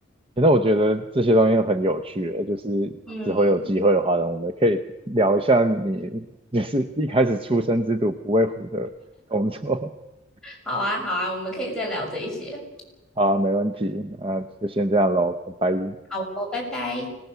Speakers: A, on the right; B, in the centre.
A: 反正我觉得这些东西很有趣，呃就是之后有机会的话呢，
B: <laughs> 嗯，
A: 我们可以聊一下你就是一开始出生之犊不畏虎的工作。<laughs>
B: 好啊好啊，我们可以再聊这一些。
A: 好啊没问题，那就先这样喽，拜拜。
B: 好哦，拜拜。